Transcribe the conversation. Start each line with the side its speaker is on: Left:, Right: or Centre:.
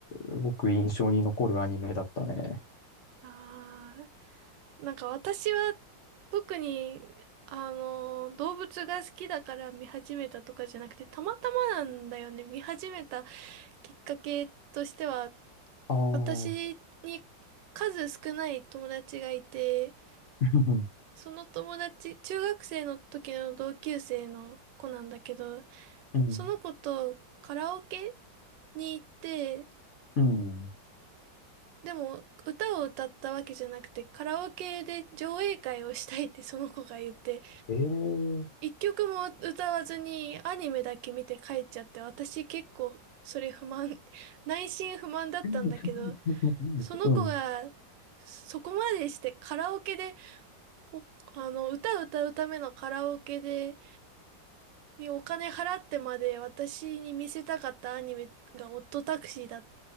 Left: ごく印象に残るアニメだったね。
Right: あ、なんか私は特に、あの、動物が好きだから見始めたとかじゃなくて、たまたまなんだよね。見始めたきっかけとしては、
Left: ああ <laughs>
Right: 私に数少ない友達がいて、
Left: うん
Right: その友達、中学生の時の同級生の子なんだけど、
Left: うん、
Right: その子とカラオケに行って、
Left: うん、
Right: でも歌を歌ったわけじゃなくて、カラオケで上映会をしたいって <laughs> その子が言って、
Left: ええ
Right: 一曲も歌わずにアニメだけ見て帰っちゃって、私結構それ不満、<laughs> 内心不満だったんだけど、
Left: <laughs>
Right: その子がそこまでしてカラオケで、
Left: うん、
Right: おあの、歌を歌うためのカラオケで、にお金払ってまで私に見せたかったアニメがオットタクシーだっ